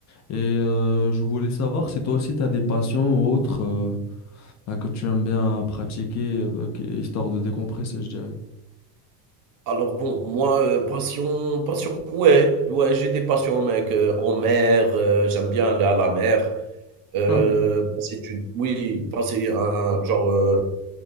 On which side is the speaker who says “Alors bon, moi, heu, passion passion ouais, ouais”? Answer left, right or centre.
Right